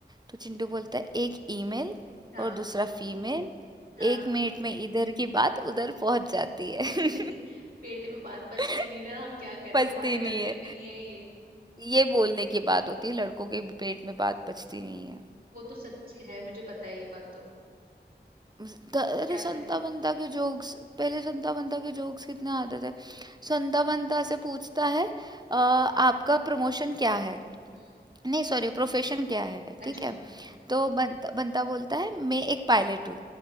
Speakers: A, on the right; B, on the right.
A: तो चिंटू बोलता है एक ईमेल
B: हाँ
A: और दूसरा फीमेल
B: हाँ
A: एक मिनट में इधर की बात उधर पहुंच जाती है
B: <laughs> पेट में बात पचती
A: <laughs>
B: नहीं ना हम क्या करें
A: पचती
B: हमारी
A: नहीं
B: गलती
A: है
B: नहीं है ये
A: ये बोलने की बात होती है लड़कों के पेट में बात पचती नहीं है
B: वो तो सच्ची है मुझे पता है ये बात तो
A: उस- त- अरे
B: क्या
A: संता
B: करें
A: बंता के जोक्स पहले संता बंता के जोक्स कितने आते थे संता बंता से पूछता है "अ, आपका
B: हम्म
A: प्रमोशन क्या है
B: हम्म
A: नहीं सॉरी प्रोफेशन क्या है ठीक
B: अच्छा
A: है
B: हम्म
A: तो बंता बंता बोलता है मैं एक पायलट हूँ